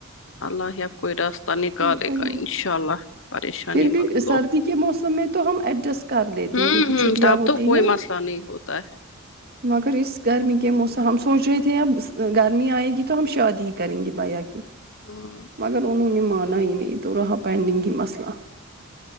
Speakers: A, on the left; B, on the right.
A: اللہ ہی اب کوئی راستہ پتا نکالے
B: کیا کریں
A: گا انشاء
B: گے
A: اللہ پریشانی
B: پھر
A: مت
B: بھی
A: لو
B: سردی کے موسم میں تو ہم ایڈجسٹ کر لیتے
A: ہوں
B: ہیں کیونکہ چھٹیاں
A: ہوں تب
B: ہوتی
A: تو کوئی
B: ہیں
A: مسئلہ نہیں ہوتا ہے
B: مگر اس گرمی کے موسم ہم س سوچ رہے تھے اب گرمی آئے گی تو ہم شاد ہی کریں گے بائیا کے
A: ہاں
B: مگر ان مانا ہی نہیں تو رہا پینڈنگ ہی مسئلہ <inaudible>